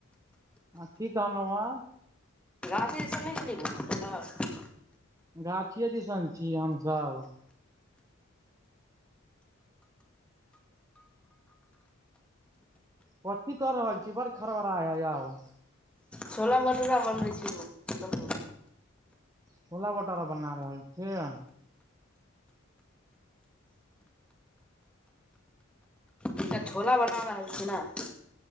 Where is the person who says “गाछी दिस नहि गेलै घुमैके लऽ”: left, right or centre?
Centre